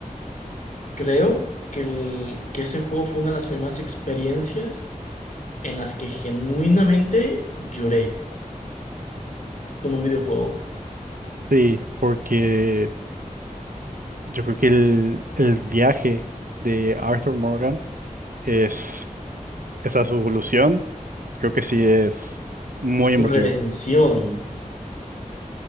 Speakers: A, on the left (about 65°); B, on the right (about 80°).
A: creo que, el- que ese juego fue una de las primeras experiencias en las que genuinamente lloré con un videojuego.
B: Sí, porque yo creo que el, el viaje de Arthur Morgan es esa su evolución, creo que sí es muy
A: Su
B: emotivo.
A: redención.